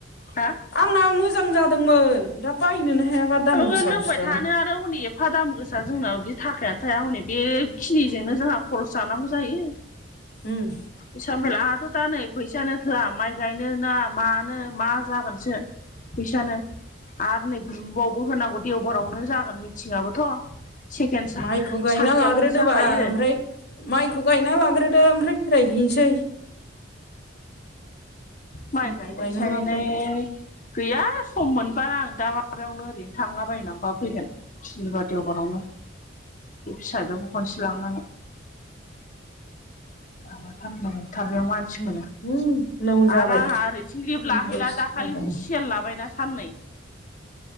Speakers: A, on the left; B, on the left.
A: हा
B: आंना मोजां जादोंमोन दा बायनोनो हायाबा दाम
A: माबा
B: गोसा
A: लोंबाय
B: बुस्थुआनो
A: थानो आरो हनै हा दाम गोसा जोंनाव बिदि थाखायानो थाया हनै बेखिनिजोंनो जोंहा खरस जानांगौ जायो।
B: उम।
A: बे सामेला आहाथ' दा नै फैसायानो थोआ माइ गायनो ना मानो मा जागोनसो फैसानो आरो नै बावबो होनांगौ देवबारावनो जागोन मिथिंआबोथ' सेकेणड
B: माइखौ गायना
A: सानदेआवनो
B: लाग्रोदो
A: जाखायो
B: बाल ओमफ्राय माइखौ गायना लांग्रोदो ओमफ्राय बेरायहैनोसै
A: माय
B: माइखौ
A: गायनाय
B: गायना
A: सायलाय
B: लाग्रोदो
A: गैया सम मोनबा आं दा माबायावनो ओरैनो थांलाबायनानैबा फैगोन। फिलिबा देवबारावनो बे फिसाजोबो खनसे लांनानै माबाथारथार बेयाव मानसिखो
B: उम नौ जाबाय
A: आरो आंहा ओरैथिं लिभ लाहैला
B: दस
A: दाखालिसो
B: एगार'
A: सि सेल लाबायना साननै